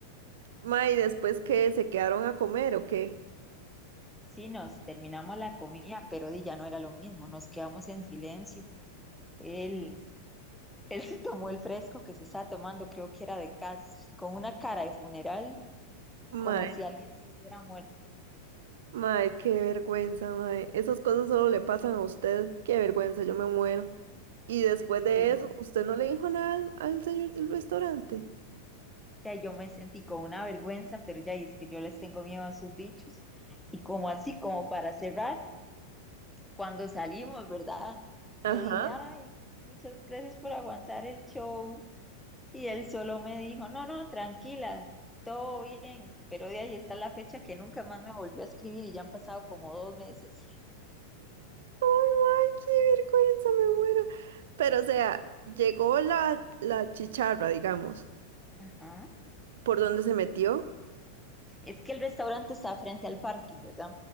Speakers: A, on the right; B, in the centre.
A: May, ¿después qué? ¿Se quedaron a comer o qué?
B: Sí, nos terminamos la comida, pero di, ya no era lo mismo, nos quedamos en silencio. Él, él se tomó el fresco que se estaba tomando, creo que era de cas, con una cara de funeral,
A: May,
B: como si alguien se hubiera muerto.
A: may, qué vergüenza, may. Esas cosas solo le pasan a usted. Qué vergüenza, yo me muero. Y después de
B: Sí.
A: eso, ¿usted no le dijo nada al, al señor del restaurante?
B: Ya yo me sentí con una vergüenza, pero ya y es que yo les tengo miedo a esos bichos. Y como así, como para cerrar, cuando salimos, ¿verdad?
A: Ajá.
B: Le dije, ay, muchas gracias por aguantar el show. Y él solo me dijo, no, no, tranquila, todo bien, pero de ahí está la fecha que nunca más me volvió a escribir y ya han pasado como dos meses.
A: Ay, ay, qué vergüenza, me muero. Pero, o sea, llegó la, la chicharra, digamos,
B: Ajá.
A: por donde se metió.
B: Es que el restaurante está frente al parque, ¿verdad?